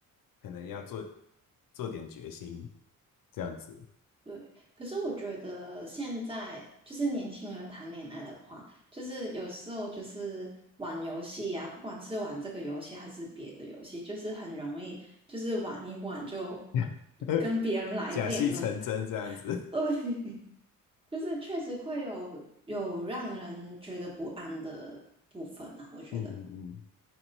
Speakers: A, on the left; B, on the right.
A: 可能要做做点决心这样子，
B: 对，可是我觉得现在就是年轻人谈恋爱的话，就是有时候就是玩游戏啊，不管是玩这个游戏还是别的游戏，就是很容易就是玩一玩就
A: <laughs>
B: 跟别人来电了。
A: 假戏成真这样子。
B: <laughs> 对，就是确实会有有让人觉得不安的部分啊，我觉得。
A: 嗯嗯嗯，